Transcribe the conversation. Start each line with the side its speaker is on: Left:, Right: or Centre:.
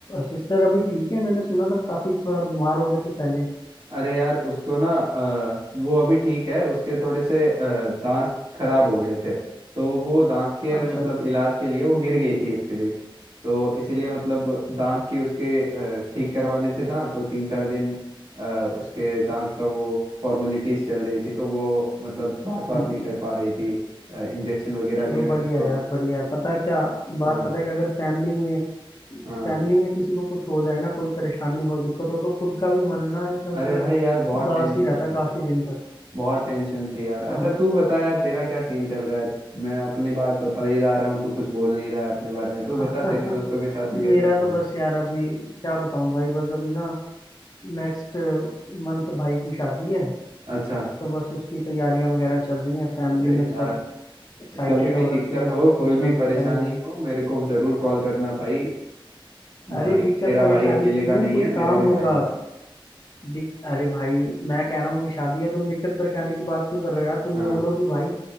Left: सिस्टर अभी ठीक है मैंने सुना था काफी थोड़ा बीमार हो गए थे पहले
Right: अरे यार उसको ना अ, वो अभी ठीक है उसके थोड़े से अ, दांत खराब हो गए थे तो वो दांत के
Left: अच्छा
Right: मतलब
Left: अच्छा
Right: इलाज के लिए वो गिर गई थी एक्चुअली तो इसीलिए मतलब दांत की उसके अ, ठीक करवाने थे दांत तो तीन चार दिन अ, उसके दांत का वो फॉर्मेलिटीज चल रही थी तो वो मतलब बात
Left: हम्म
Right: बात नहीं कर पा रही थी इंजेक्शन वगैरह
Left: चलो
Right: लिए हुए
Left: बढ़िया
Right: थे तो
Left: है यार बढ़िया है पता है क्या बात
Right: हाँ
Left: पता है कि अगर फैमिली में
Right: हाँ
Left: फैमिली में किसी को कुछ हो जाए ना कोई परेशानी हो दिक्कत हो तो खुद का भी मन ना एकदम
Right: अरे
Left: से
Right: भाई यार बहुत
Left: उदास
Right: टेंशन
Left: ही रहता
Right: थी
Left: है काफी दिन तक
Right: बहुत टेंशन थी यार
Left: हाँ
Right: अच्छा तू बता यार तेरा क्या सीन चल रहा है मैं अपनी बात बता ही जा रहा हूँ तू कुछ बोल नहीं रहा है अपने बारे में तू
Left: <laughs>
Right: बता तेरे दोस्तों के साथ में कैसा
Left: मेरा
Right: चल
Left: तो
Right: रहा
Left: बस
Right: है
Left: यार अभी क्या बताऊं भाई बस अभी ना नेक्स्ट मंथ भाई की शादी है
Right: अच्छा
Left: तो बस उसकी तैयारियां वगैरह चल रही हैं फैमिली
Right: अरे
Left: में
Right: यार
Left: सब एक्साइटेड
Right: कभी
Left: हो
Right: भी दिक्कत
Left: रखे हैं
Right: हो
Left: सब
Right: कोई
Left: कुछ ना
Right: भी
Left: कुछ
Right: परेशानी
Left: चल ही रहा है
Right: हो मेरे को जरूर कॉल करना भाई
Left: अरे
Right: भाई
Left: दिक्कत
Right: तेरा
Left: परेशानी
Right: भाई अकेले
Left: क्यों
Right: का नहीं
Left: कोई
Right: है मेरा
Left: काम
Right: भी
Left: होगा
Right: भाई है
Left: दिक, अरे भाई मैं कह रहा हूँ कि शादी है तुम दिक्कत परेशानी की बात क्यों कर रहे हो यार तुम
Right: हाँ
Left: ये बोलो कि भाई